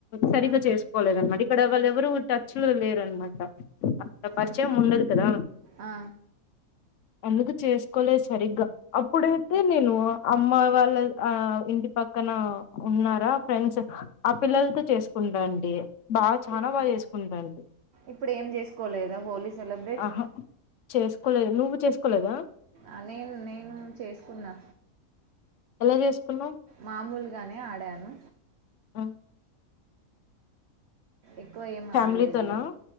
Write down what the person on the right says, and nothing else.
ఆ
ఐ-
ఆ
ఇప్పు
ఇప్పుడు ఏం చేసుకోలేదా హోలీ సెలబ్రేట్
ఆ నేను నేను చేసుకున్నా
మామూలుగానే ఆడాను
ఎక్కువ ఏం
ఆడలేదు